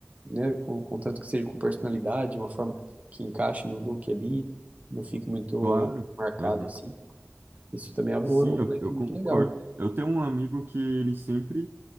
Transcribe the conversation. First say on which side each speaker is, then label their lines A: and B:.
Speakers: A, on the right (about 30°); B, on the right (about 50°).
A: né, com contanto que seja com personalidade, uma forma que encaixe no look ali, não fique muito
B: claro.
A: marcado
B: Aham.
A: assim. Isso também abre
B: Sim,
A: um,
B: eu,
A: um leque
B: eu
A: muito
B: concordo.
A: legal, né?
B: Eu tenho um amigo que ele sempre,